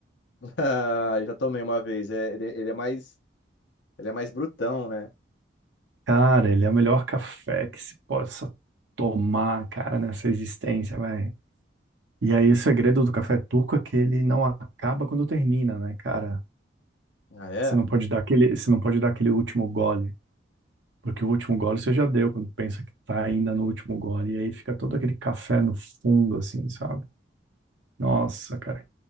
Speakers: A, on the left; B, on the right.
A: <laughs> Ah, eu já tomei uma vez, é, ele, ele é mais, ele é mais brutão, né?
B: Cara, ele é o melhor café que se possa tomar, cara, nessa existência, velho. E aí, o segredo do café turco é que ele não acaba quando termina, né, cara?
A: Ah, é?
B: Você não pode dar aquele, você não pode dar aquele último gole, porque o último gole você já deu quando pensa que tá ainda no último gole. E aí fica todo aquele café no fundo, assim, sabe? Nossa, cara,